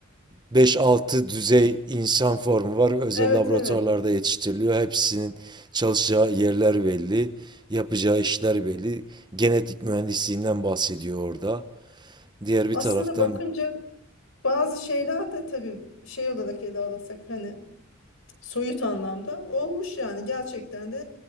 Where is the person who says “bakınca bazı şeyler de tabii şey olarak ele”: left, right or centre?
Left